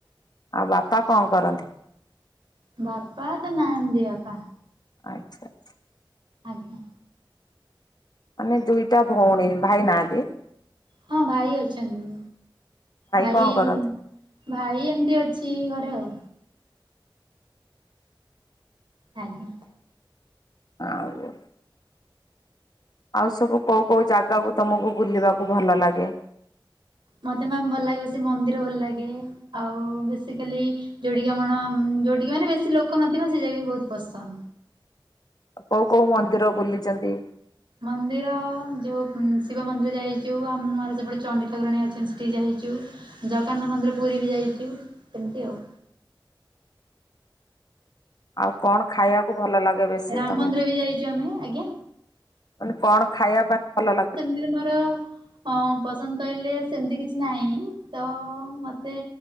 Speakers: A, on the left; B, on the right.
A: ଆଉ ବାପା କଣ କରନ୍ତି?
B: ବାପା ତ ନାହାନ୍ତି ବାପା।
A: ଆଚ୍ଛା।
B: ଆଜ୍ଞା।
A: ମାନେ ଦୁଇଟା ଭଉଣୀ ଭାଇ ନାହାନ୍ତି।
B: ହଁ ଭାଇ ଅଛନ୍ତି ଭାଇ।
A: କଣ କରନ୍ତି?
B: ଭାଇ ଏମତି ଅଛି ଘରେ ଆଉ। ଆଜ୍ଞା।
A: ଆଉ। ଆଉ ସବୁ କେଉ କଉ ଜାଗାକୁ ତମକୁ ବୁଲିବାକୁ ଭଲ ଲାଗେ?
B: ମତେ ମ୍ୟାମ ଭଲ ଲାଗେ ବେଶୀ ମନ୍ଦିର ଭଲ ଲାଗେ। ଆଉ ବେସିକାଲି। ଯୋଉଠି କିି ଆମର ଯୋଉଠିକି ମାନେ ବେଶୀ ଲୋକ ନଥିବା ସେଇଟା ବି ବହୁତ ପସନ୍ଦ।
A: କୋଉ କୋଉ ମନ୍ଦିର ବୁଲିଛନ୍ତି?
B: ମନ୍ଦିର ଯେଉଁ ଶିବ ମନ୍ଦିର ଯାଇଛୁ ଆମର ସେପଟେ ଚଣ୍ଡି ଠାକୁରାଣୀ ଅଛନ୍ତି ସେଠି ଯାଇଛୁ। ଜଗନ୍ନାଥ ମନ୍ଦିର ପୁରୀ ବି ଯାଇଛୁ ସେମିତି ଆଉ।
A: ଆଉ କଣ ଖାଇବାକୁ ଭଲ ଲାଗେ ବେଶୀ
B: ରାମ
A: ତମକୁ?
B: ମନ୍ଦିର ବି ଯାଇଚୁ ଆମେ ଆଜ୍ଞା
A: ମାନେ କଣ ଖାଇବା ପାଇଁ ଭଲ ଲାଗେ?
B: ସିନେମର। ହଁ ପସନ୍ଦ କହିଲେ ସେମିତି କିଛି ନାହିଁ ତ ମୋତେ